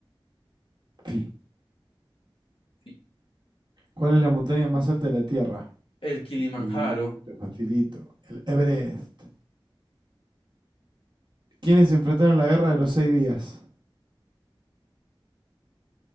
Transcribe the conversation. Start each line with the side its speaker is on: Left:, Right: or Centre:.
Right: Sí.
Left: sí.
Right: ¿Cuál es la montaña más alta de la Tierra?
Left: El Kilimanjaro.
Right: Facilito, facilito. El Everest. ¿Quiénes enfrentaron la guerra de los seis días?